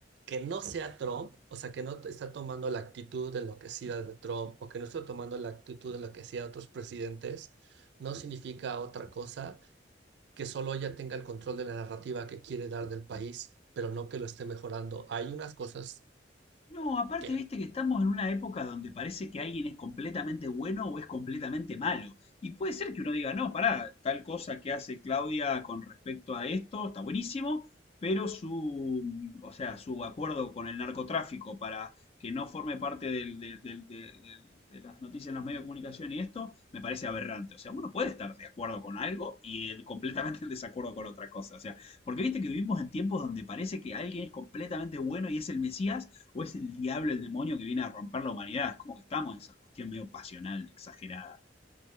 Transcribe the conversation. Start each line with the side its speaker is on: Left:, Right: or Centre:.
Right: que no sea Trump, o sea, que no está tomando la actitud enloquecida de Trump o que no está tomando la actitud enloquecida de otros presidentes, no significa otra cosa que solo ella tenga el control de la narrativa que quiere dar del país, pero no que lo esté mejorando. Hay unas cosas
Left: No, aparte,
Right: que
Left: viste que estamos en una época donde parece que alguien es completamente bueno o es completamente malo. Y puede ser que uno diga, no, pará, tal cosa que hace Claudia con respecto a esto está buenísimo, pero su, mm, o sea, su acuerdo con el narcotráfico para que no forme parte del- del- del- del- del- de las noticias en los medios de comunicación y esto me parece aberrante. O sea, uno puede estar de acuerdo con algo y eh, completamente en desacuerdo con otra cosa. O sea, porque viste que vivimos en tiempos donde parece que alguien es completamente bueno y es el Mesías o es el diablo, el demonio que viene a romper la humanidad. Es como que estamos en esa cuestión medio pasional, exagerada.